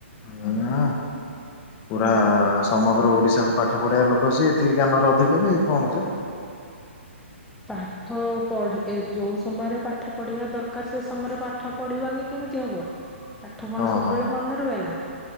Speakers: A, on the left (about 25°); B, in the centre.
A: ହଁ ପୁରା
B: ହୁଁ
A: ସମଗ୍ର ଓଡିଶାକୁ ପାଠ ପଢଆ ଲୋକ କଛି ଏତିକି ଜ୍ଞାନ ର ଅଧିକାର ଏଇ କଣ ଅଛ
B: ପାଠ ପଢ ଯୋଉ ସମୟରେ ପାଠ ପଢିବା ଦରକାର ସେ ସମୟରେ ପାଠ ପଢିବନି କେମିତି ହବ। ପାଠ କଣ
A: ହଁ
B: ସବୁବେଳେ
A: ହଁ
B: ମନ ର ହୁଏ ନା